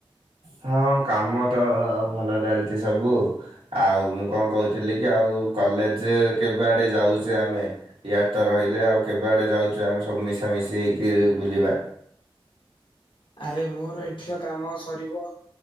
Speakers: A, on the right (about 75°); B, on the left (about 60°).
A: ହଁ କାମ ତ ଭଲ ଚାଲିଛି ସବୁ। ଆଉ ମୁଁ କଣ କହୁଥିଲି କି ଆଉ କଲେଜ କେବେ ଆଡ଼େ ଯାଉଛେ ଆମେ। ଇଆଡେତ ରହିଲେ ଆଉ କେବେ ଆଡ଼େ ଯାଉଛେ ଆମେ ସବୁ ମିଶାମିଶି ହେଇକି ବୁଲିବା।
B: ଆରେ ମୋର ଏଠିକା କାମ ସରିବ